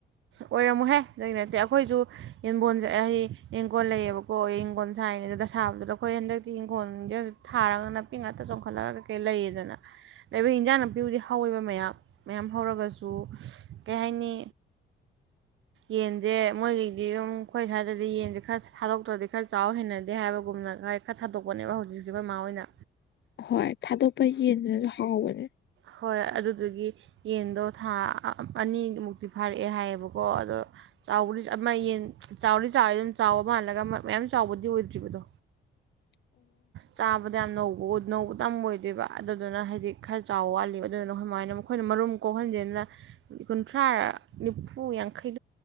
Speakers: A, on the right (about 80°); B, on the left (about 65°).
A: ꯑꯣꯏꯔꯝꯃꯣꯢꯍꯦ ꯑꯗꯨꯢ ꯅꯠꯇꯦ ꯑꯩꯈꯣꯏꯁꯨ ꯌꯦꯟꯒꯣꯟꯁꯦ ꯍꯩ ꯌꯦꯟꯒꯣꯟ ꯂꯩꯌꯦꯕꯀꯣ ꯌꯦꯡꯒꯣꯟ ꯁꯥꯥꯏ ꯗ ꯁꯥꯕꯗꯨꯗꯣ ꯑꯩꯈꯣꯏ ꯍꯟꯗꯛꯇꯤ ꯌꯦꯡꯈꯣꯟꯖꯦ ꯊꯥꯔꯒ ꯅꯥꯄꯤ ꯉꯥꯛꯇ ꯆꯣꯡꯈꯠꯂꯒ ꯀꯩꯀꯩ ꯂꯩꯌꯦꯗꯅ ꯂꯩꯕ ꯏꯟꯖꯥꯡ ꯅꯥꯄꯤꯕꯨꯗꯤ ꯍꯧꯋꯦꯕ ꯃꯌꯥꯝ ꯃꯌꯥꯝ ꯍꯧꯔꯒꯁꯨ ꯀꯩ ꯍꯥꯏꯅꯤ ꯌꯦꯟꯁꯦ ꯃꯣꯏꯒꯤꯗꯤ ꯑꯗꯨꯝ ꯑꯩꯈꯣꯏ ꯁ꯭ꯋꯥꯏꯗꯗꯤ ꯌꯦꯟꯁꯦ ꯈꯔ ꯊꯥꯗꯣꯛꯇ꯭ꯔꯗꯤ ꯈꯔ ꯆꯥꯎꯕ ꯍꯦꯟꯅꯗꯦ ꯑꯦ ꯍꯥꯏꯕꯒꯨꯝꯅ ꯈ ꯈꯔ ꯊꯥꯗꯣꯛꯄꯅꯦꯕ ꯍꯧꯖꯤꯛꯁꯤ ꯃꯃꯥꯍꯣꯏꯅ
B: ꯍꯣꯏ ꯊꯥꯗꯣꯛꯄ ꯌꯦꯟꯗꯨꯅꯁꯨ ꯍꯥꯎꯕꯅꯦ
A: ꯍꯣꯏ ꯑꯗꯨꯗꯨꯒꯤ ꯌꯦꯟꯗꯣ ꯊꯥ ꯑꯅꯤꯃꯨꯛꯇꯤ ꯐꯥꯔꯛꯑꯦ ꯍꯥꯏꯌꯦꯕꯀꯣ ꯑꯗꯣ ꯆꯥꯎꯕꯗꯤ ꯑꯃ ꯌꯦꯟ ꯆꯥꯎꯗꯤ ꯆꯥꯎꯔ ꯑꯗꯨꯝ ꯆꯥꯎꯕ ꯃꯥꯜꯂꯒ ꯃꯌꯥꯝ ꯆꯥꯎꯕꯗꯤ ꯑꯣꯏꯗ꯭ꯔꯤꯕꯗꯣ
B: <inaudible>
A: ꯆꯥꯕꯗ ꯌꯥꯝ ꯅꯧꯕ ꯅꯧꯕꯇ ꯑꯣꯏꯗꯣꯏꯕ ꯑꯗꯨꯗꯨꯅ ꯍꯥꯏꯗꯤ ꯈꯔ ꯆꯥꯎ ꯋꯥꯠꯂꯤꯕ ꯑꯗꯨꯗꯨꯅ ꯁꯃꯥꯏꯅ ꯃꯈꯣꯏꯅ ꯃꯔꯨꯝ ꯀꯣꯛꯍꯟꯁꯤꯦꯗꯅ ꯀꯨꯟꯊ꯭ꯔꯥ ꯅꯤꯐꯨ ꯌꯥꯡꯈꯩ